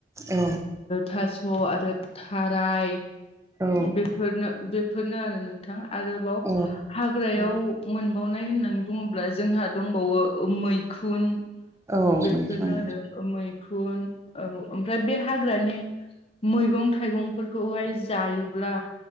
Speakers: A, on the right; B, on the left.
A: औ
B: थास' आरो थाराय
A: औ
B: बेफोरनो बेफोरनो आरो नोंथां आरोबाव
A: औ
B: हाग्रायाव
A: औ
B: मोनबावनाय होननानै बुङोब्ला जोंहा दंबावो मैखुन
A: औ
B: बेफोरनो
A: मैखुन
B: आरो मैखुन औ ओमफ्राय बे हाग्रानि मैगं थाइगंफोरखौहाय जायोब्ला